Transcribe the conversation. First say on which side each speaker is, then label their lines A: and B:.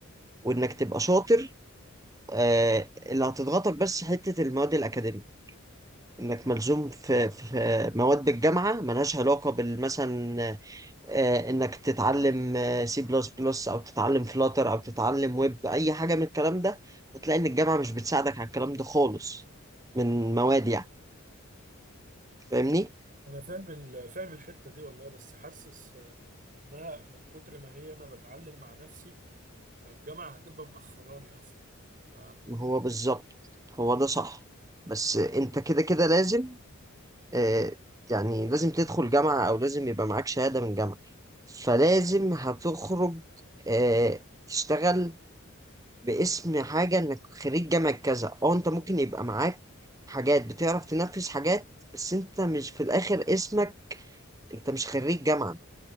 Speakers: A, on the right; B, on the right.
A: وانك تبقى شاطر آه، اللي هتضغطك بس حتة المواد الأكاديمية انك ملزوم في في مواد بالجامعة ملهاش علاقة بالمثلا آه، انك تتعلم سي بلس بلس او تتعلم فلاتر او تتعلم ويب اي حاجه من الكلام ده هتلاقي ان الجامعه مش بتساعدك على الكلام ده خالص من مواد يعني فاهمني
B: انا فاهم ال- فاهم الحته دي والله بس حاسس آه، انها من كتر ما هي انا بتعلم مع نفسي فالجامعه هتبقى مأخراني اصلا ف
A: ما هو بالظبط هو ده صح بس انت كده كده لازم آه، يعني لازم تدخل جامعه او لازم يبقى معاك شهاده من جامعه فلازم هتخرج آه، تشتغل باسم حاجة انك خريج جامعة كذا اه انت ممكن يبقى معاك حاجات بتعرف تنفذ حاجات بس انت مش في الاخر اسمك انت مش خريج جامعة